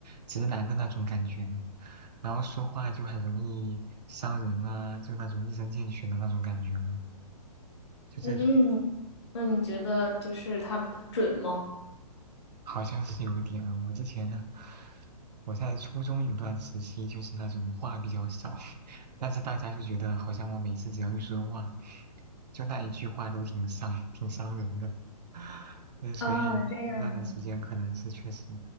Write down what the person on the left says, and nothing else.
嗯，那你觉得就是它准吗？
啊，这样的。